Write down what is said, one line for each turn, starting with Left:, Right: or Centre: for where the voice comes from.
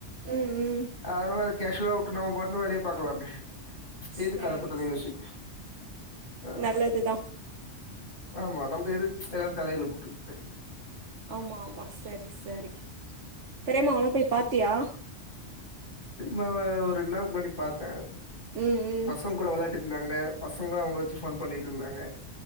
Right: ம் ம்
Left: அதனால கேஷூவலா உட்றனு அவுங்கபாட்னு வேலய பாக்கலாமே எதுக்கு
Right: சேரி
Left: அதப்பத்திலா யோஸ்சு
Right: சேரி
Left: ஆஹ்
Right: நல்லதுதா
Left: ஆமா நம்ம எதுக்கு எல்லா தலயில போட்டுக்கிட்டு
Right: ஆமா ஆமா சரி சரி தெரியாம அவுங்லலா போய் பாத்தியா
Left: நா ஒரு ரெண்டு நாள்க்கு முன்னாடி பாத்தே
Right: ம் ம்
Left: பசங்கூட வெளயாட்டு ந்தாங்க பசங்ளு அவுங்கள வச்சு ஃபன் பண்ணிட்ருந்தாங்க